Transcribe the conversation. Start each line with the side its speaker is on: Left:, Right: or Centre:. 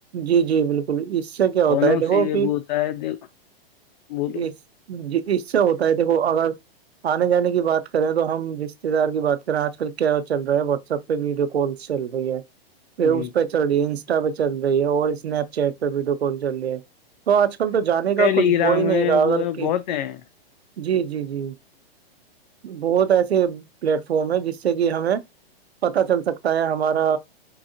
Right: جی جی بالکل اس سے کیا
Left: فونوں
Right: ہوتا ہے دیکھو
Left: سے یہ
Right: کہ
Left: وہ ہوتا ہے دیکھ بولو
Right: اس جی اس سے ہوتا ہے دیکھو اگر آنے جانے کی بات کریں تو ہم رشتے دار کی بات کریں آج کل کیا چل رہا ہے واٹسپ پہ ویڈیو کنس چل رہی ہے پھر اس
Left: جی
Right: پہ چل رہی ہے انسٹا پہ چل رہی ہے اور اسنیپ چیٹ پہ ویڈیو کال چل رہی ہے تو آج کل تو جانے کا
Left: ٹیلی
Right: کچھ وہو
Left: گرام
Right: ہی نہیں
Left: ہے
Right: رہا اگر
Left: وہ ہے،
Right: کہ
Left: بہت ہیں
Right: جی جی جی بہت ایسا پلیٹ فارم ہے جس سے کہ ہمیں پتا چل سکتا ہے ہمارا